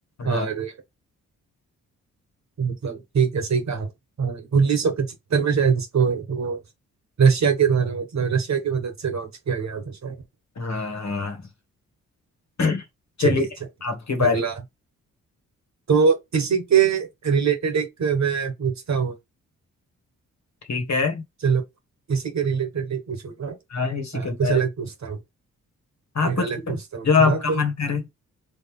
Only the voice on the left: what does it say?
हाँ
हाँ हाँ <clears throat> चलिए
आपकी बारी
ठीक है
हाँ इसी
के बारे
में,
हाँ
कुछ
भी,
जो आपका
मन करे